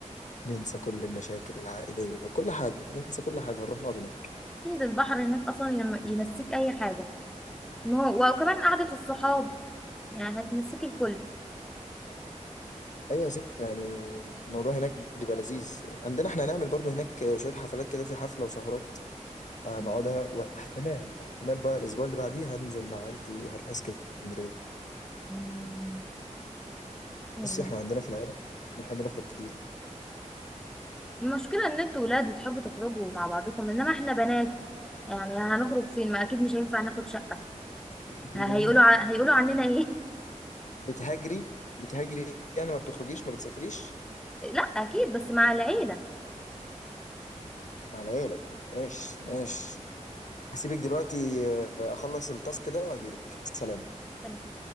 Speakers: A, on the left; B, in the centre.
A: ننسى كل المشاكل العائليه وكل حاجه ننسى كل حاجه هنروح نقعد هناك
B: اكيد البحر هناك اصلا ينم- ينسيك اي حاجة إن هو- وكمان قعدة الصحاب يعني هتنسيك الكل
A: ايوه يا ست يعني الموضوع هناك بيبقى لذيذ عندنا احنا هنعمل برضو هناك شويه حفلات كده في حفله وسهرات هنقعدها
B: بجد؟
A: واحتمال احتمال بقى الاسبوع اللي بعديه هننزل مع عيلتي هنروح اسكندريه
B: مم. يلا.
A: بص احنا عندنا في العيله بنحب نخرج كتير
B: المشكلة ان انتوا ولاد بتحبوا تخرجوا مع بعضكم انما احنا بنات يعني هنخرج فين ما اكيد مش هينفع ناخد شقة
A: <laughs>
B: ه- هيقولوا ع... هيقولوا عننا ايه
A: بتهاجري بتهاجري يعني ما بتخرجيش ما بتسافريش
B: لا اكيد بس مع العيله
A: مع العيلة ماشي ماشي هسيبك دلوقتي آه، اخلص التاسك ده واجيلك سلام
B: امم